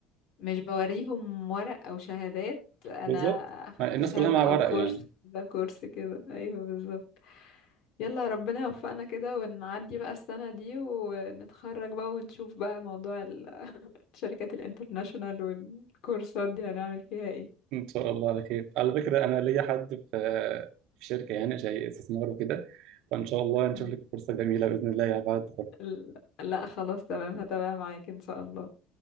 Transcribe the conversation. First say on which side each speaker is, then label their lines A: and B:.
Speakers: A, on the left; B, on the right.
A: مش بوريهم ورق او شهادات انا
B: بالظبط
A: اخدت
B: الناس
A: شهادة
B: كلها مع
A: او
B: ورق
A: كورس
B: يعني
A: كده كورس كده ايوه بالظبط يلا ربنا يوفقنا كده ونعدي بقى السنة دي ونتخرج بقى ونشوف بقى موضوع ال- <laughs> الشركات الانترناشونال والكورسات دي هنعمل فيها ايه
B: ان شاء الله على خير على فكره انا ليا حد في في شركه يعني شيء استثمار وكده فان شاء الله
A: م.
B: نشوف لك فرصه جميله باذن الله يا بعد التخرج
A: ال- لا خلاص تمام هتابع معاك ان شاء الله